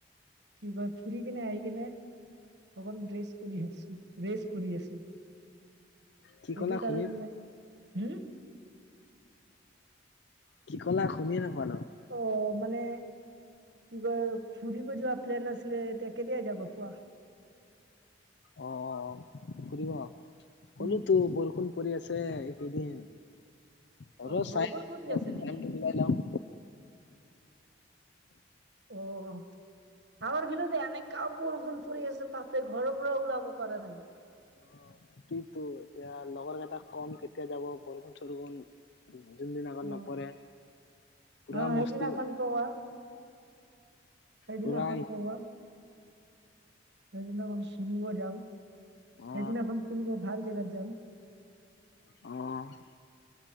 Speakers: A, on the right (about 60°); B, on the left (about 65°).
A: কি কয় ফুৰি কেনে আহি কিনে অকণ ৰেষ্ট কৰি আছো ৰেচ কৰি আছে সেইটো
B: কি ক'লা
A: কাৰণে
B: শুনি
A: হ'ম।
B: কি কলা শুনিয়ে নাপালো।
A: ত' মানে কিবা ফুৰিব যোৱা প্লেন আছিলিলে তে কেতিয়া যাব কোৱা।
B: অ', অ', ফুৰিব হ'লো
A: উম
B: তো বৰষুন কৰি আছে এইকেইদিন হলো
A: অ বৰষুণ
B: চাই টাইমটো
A: পৰি আছে নেকি
B: মিলাই লম।
A: অ'। আমাৰ ভিততে এনেকা বৰষুণ পৰি আছে তাতে ঘৰ পৰা ওলাব পৰা নাই।
B: অ', সেইটোয়তো এতিয়া লগৰ কেইটা কম কেতিয়া যাব বৰষুণ চৰষুণ যোন দিন খন
A: অ
B: নপৰে পুৰা
A: অ',
B: মস্তি
A: সেইদিনাখন কোৱা সেইদিনাখন
B: পুৰা
A: পোৱা। সেইদিনা চুমত যাম
B: অ
A: সেইদিনাখন তুমি ম ভাল জেগাত যাম।
B: অ'।